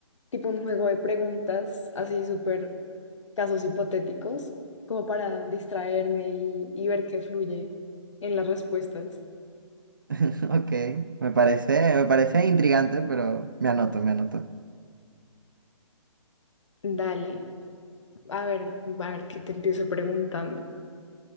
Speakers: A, on the left; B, on the right.
A: tipo un juego de preguntas, así súper casos hipotéticos, como para distraerme y, y ver qué fluye en las respuestas.
B: <laughs> Ok, me parece, me parece intrigante, pero me anoto, me anoto.
A: Dale, a ver, a ver qué te empiezo preguntando.